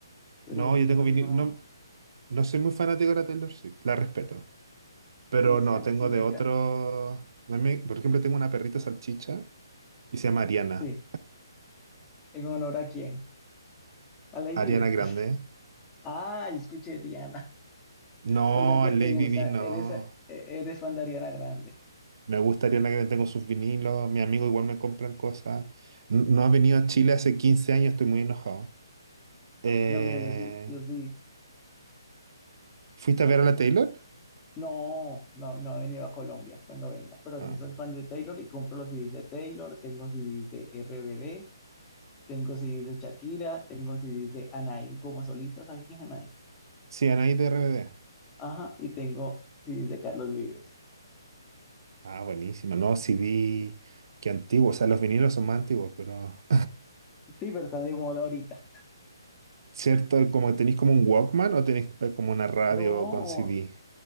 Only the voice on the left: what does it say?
pero
vinilos
no.
Sí, sí,
a mí
sí
me
encanta.
Sí. ¿En honor a quién? A Lady
Di.
<laughs> Ah, yo escuché Diana. <laughs>
O sea que
te gusta,
eres, eh, eres fan de Ariana Grande.
No, mira, yo sí, yo sí.
No, no, no he venido a Colombia cuando venga, pero
sí soy fan de Taylor y compro los CDs de Taylor, tengo CDs de RBD, Tengo CDs de Shakira, tengo CDs de Anaí como solista, ¿sabes quién es Anaí?
Ajá, y tengo CDs de Carlos Vives.
Sí, pero están de moda ahorita.
No,